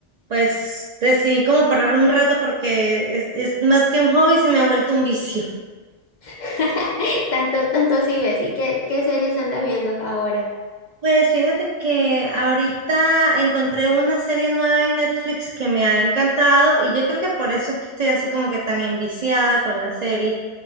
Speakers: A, on the right; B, on the left.
A: pues decidí como parar un rato porque es, es más que un hobby, se me ha vuelto un vicio. <laughs>
B: <laughs> Tanto, tanto así ves. ¿Y qué, qué series andas viendo ahora?
A: Pues fíjate que ahorita encontré una serie nueva en Netflix que me ha encantado y yo creo que por eso es que estoy así como que tan enviciada con la serie,